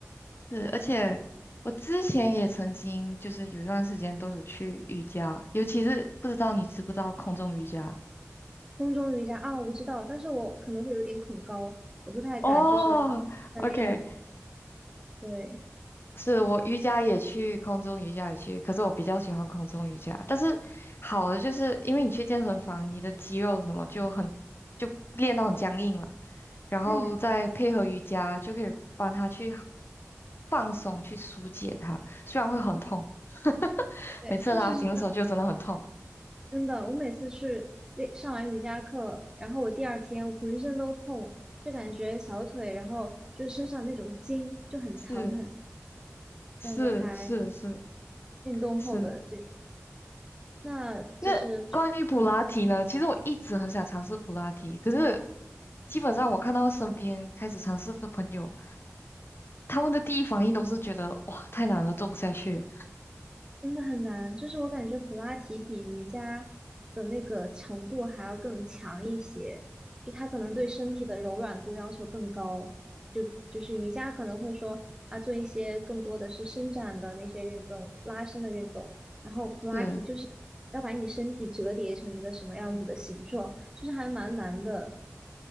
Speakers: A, on the left; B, on the right.
A: 是，而且我之前也曾经就是有一段时间都有去瑜伽，尤其是不知道你知不知道空中瑜伽。
B: 空中瑜伽啊，我知道，但是我可能会有点恐高，我不太敢就是
A: 哦，OK，
B: 在那种对，
A: 是我瑜伽也去，空中瑜伽也去，可是我比较喜欢空中瑜伽。但是好的就是因为你去健身房，你的肌肉什么就很就练到很僵硬了，然后再配合瑜伽，
B: 嗯，
A: 就可以帮他去放松，去疏解它。虽然会很痛，<laughs>
B: 对，
A: 每次拉紧的时候就真的很痛。
B: 确实是这样真的。我每次去练上完瑜伽课，然后我第二天我浑身都痛，就感觉小腿，然后就是身上那种筋就很疼很疼，
A: 是是是是
B: 感觉还运动后的这种，
A: 是，
B: 那就是就嗯。
A: 那关于普拉提呢？其实我一直很想尝试普拉提，可是基本上我看到身边开始尝试的朋友，他们的第一反应都是觉得哇太难了，做不下去。
B: 真的很难，就是我感觉普拉提比瑜伽的那个强度还要更强一些，就它可能对身体的柔软度要求更高。
A: 嗯，
B: 就就是瑜伽可能会说啊，做一些更多的是伸展的那些运动、拉伸的运动，然后普拉提就是要把你身体折叠成一个什么样子的形状，
A: 是，
B: 就是还蛮难的。